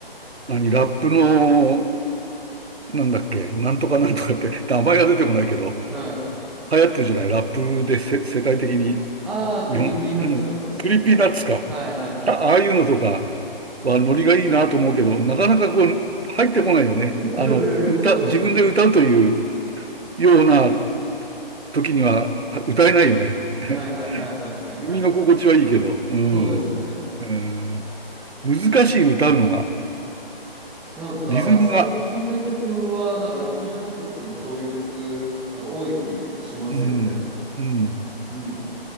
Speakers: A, on the right; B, in the centre.
A: 何、ラップの、なんだっけ、なんとかなんとかって、<laughs> 名前が出てこないけど、
B: はい。
A: 流行ってるじゃない、ラップでせ世界的に、
B: ああ、
A: 日本、
B: クリーピーナッツとかですかね。
A: うん、クリーピーナッツか。
B: はいはいはい。
A: あ、ああいうのとかはノリがいいなと思うけど、なかなかこう、入ってこないよね。
B: いや、
A: あの、
B: やっぱそうですよね。
A: 歌、自分で歌うというような時にはは歌えないよね。<laughs>
B: はいはいはいはいはいはいはい。
A: 耳の心地はいいけど、うん。
B: そうですね。
A: うん。難しい歌うのが、
B: なんか最近の曲はなんかラップじゃなくてもそういう曲なんか多い気しますよね。
A: リズムが、うん、うん。
B: うん。